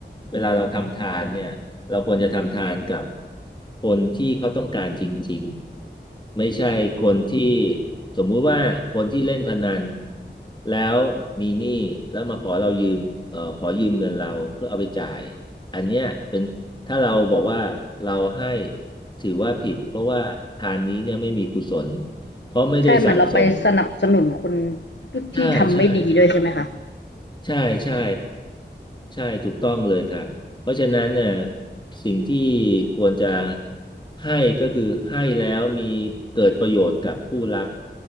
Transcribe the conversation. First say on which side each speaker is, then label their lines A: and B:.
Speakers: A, on the left; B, on the left.
A: เวลาเราทำทานเนี่ยเราควรจะทำทานกับคนที่เขาต้องการจริงๆไม่ใช่คนที่สมมุติว่าคนที่เล่นพนันแล้วมีหนี้แล้วมาขอเรายืมเอ่อขอยืมเงินเราเพื่อเอาไปจ่ายอันเนี้ยเป็นถ้าเราบอกว่าเราให้ถือว่าผิดเพราะว่าทานนี้เนี่ยไม่มีกุศลเพราะไม่ได้สั่งสม
B: ใช่เหมือนเราไปสนับสนุนคน
A: ใช่ใช่ใช่
B: ที่ทำไม่ดีด้วยใช่ไหมคะ
A: ใช่ใช่ใช่ถูกต้องเลยครับเพราะฉะนั้นเนี่ยสิ่งที่ควรจะให้ก็คือให้แล้วมีเกิดประโยชน์กับผู้รับ